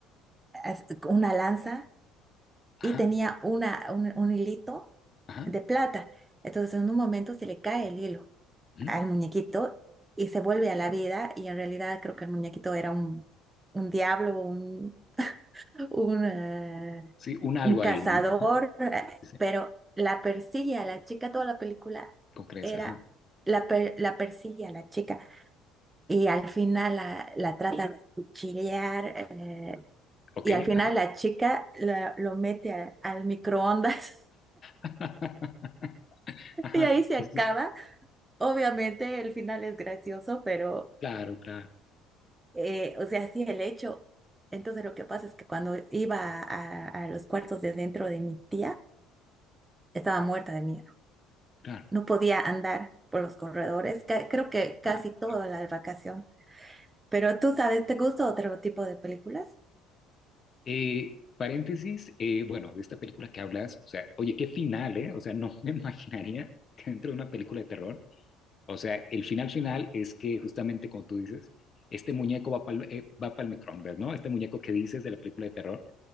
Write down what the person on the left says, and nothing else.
ajá,
ajá,
ujú.
Sí, un algo
ahí, ¿no? Ajá,
Sí, sí,
con creces,
ajá,
ok,
ajá,
<laughs>
ajá,
sí,
sí, sí.
claro, claro,
claro,
ajá,
Eh, paréntesis, eh, bueno, de esta película que hablas, o sea, oye, qué final, ¿eh? O sea, no me <laughs> imaginaría que dentro de una película de terror, o sea, el final final es que justamente como tú dices, este muñeco va para el, microondas, ¿no? Este muñeco que dices de la película de terror,